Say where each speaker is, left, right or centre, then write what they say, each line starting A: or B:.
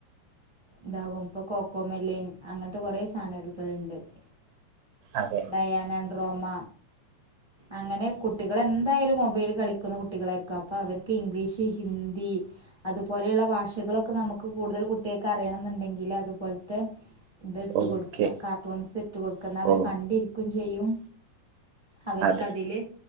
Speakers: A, on the left; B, on the right.
A: ഇതാകും ഇപ്പൊ കോക്കോ മെലിൻ അങ്ങൻത്തെ കൊറേ ചാനലുകൾ ഉണ്ട്. <inaudible>
B: അതെ
A: ദയാനാ ഡ്രോമ അങ്ങനെ കുട്ടികൾ എന്തായാലും മൊബൈല് കളി ക്കുന്ന കുട്ടികളായിരിക്കും. അപ്പൊ അവർക്ക് ഇംഗ്ലീഷ്, ഹിന്ദി അതുപോലെയുള്ള ഭാഷകളൊക്കെ നമുക്ക് കൂടുതൽ കുട്ടിയാക്ക് അറിയണം എന്നുണ്ടെങ്കില്, അതുപോൽത്തെ ഇത് ഇട്ട്
B: ഓക്കെ
A: കൊടുക്ക. കാർട്ടൂൺസ് ഇട്ടു കൊടുക്ക ന്ന അവര്
B: ഓ
A: കണ്ടിരിക്കും ചെയ്യും. അവർക്ക്
B: അതെ
A: അതില്